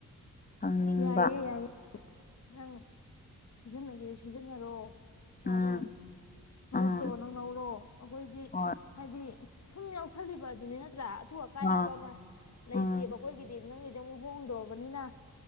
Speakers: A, on the left; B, on the left.
A: ꯍꯪꯅꯤꯡꯕ
B: ꯌꯥꯏꯌꯦ ꯌꯥꯏꯌꯦ ꯅꯪ ꯁꯤꯖꯤꯟꯅꯒꯦ ꯁꯤꯖꯤꯟꯅꯔꯣ ꯄꯩꯁꯥꯗꯣ
A: ꯎꯝ
B: ꯃꯔꯨꯞꯇꯣ
A: ꯑꯥ
B: ꯅꯪ ꯂꯧꯔꯣ ꯑꯩꯈꯣꯏꯗꯤ
A: ꯍꯣꯏ
B: ꯍꯥꯏꯗꯤ ꯁꯨꯝ ꯌꯥꯎꯁꯜꯂꯤꯕ ꯑꯗꯨꯅꯤ ꯅꯠꯇ꯭ꯔꯥ ꯑꯇꯨ ꯑꯀꯥꯏ
A: ꯑꯥ
B: ꯍꯥꯏꯕ ꯑꯃ ꯂꯩꯇꯦꯕ
A: ꯎꯝ
B: ꯑꯩꯈꯣꯏꯒꯤꯗꯤ ꯅꯪꯒꯤ ꯑꯃꯨꯛ ꯍꯣꯡꯗ꯭ꯔꯣꯕꯅꯤꯅ